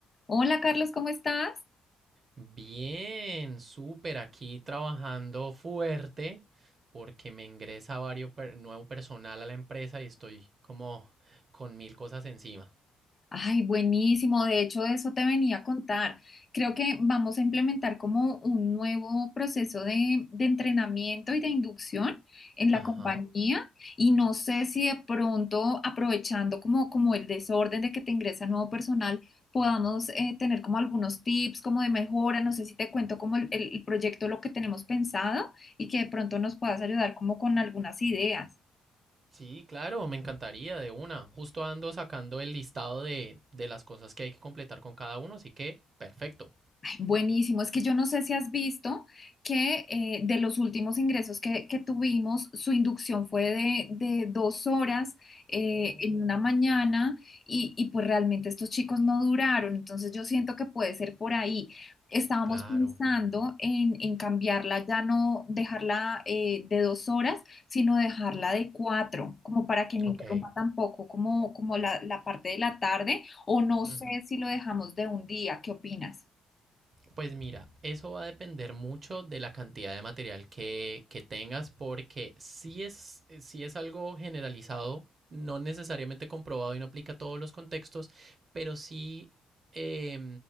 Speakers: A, on the left (about 35°); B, on the right (about 40°).
A: Hola Carlos, ¿cómo estás?
B: Bien, súper, aquí trabajando fuerte porque me ingresa vario per- nuevo personal a la empresa y estoy como con mil cosas encima.
A: Ay, buenísimo. De hecho, eso te venía a contar. Creo que vamos a implementar como un nuevo proceso de, de entrenamiento y de inducción en la
B: Ajá.
A: compañía y no sé si de pronto aprovechando como, como el desorden de que te ingresa nuevo personal, podamos eh, tener como algunos tips como de mejora. No sé si te cuento como el, el el proyecto, lo que tenemos pensado y que de pronto nos puedas ayudar como con algunas ideas.
B: Sí, claro, me encantaría de una. Justo ando sacando el listado de, de las cosas que hay que completar con cada uno, así que perfecto.
A: Buenísimo, es que yo no sé si has visto que eh, de los últimos ingresos que, que tuvimos, su inducción fue de, de dos horas eh,
B: Oh.
A: en una mañana y, y pues realmente estos chicos no duraron, entonces yo siento que puede ser por ahí. Estábamos
B: Claro,
A: pensando en, en cambiarla, ya no dejarla eh, de dos horas, sino dejarla de cuatro, como para que no
B: ok.
A: interrumpa tampoco como, como la, la parte de la tarde, o no
B: Ujú.
A: sé si lo dejamos de un día, ¿qué opinas?
B: Pues mira, eso va a depender mucho de la cantidad de material que, que tengas, porque si es, si es algo generalizado, no necesariamente comprobado y no aplica a todos los contextos, pero sí eh,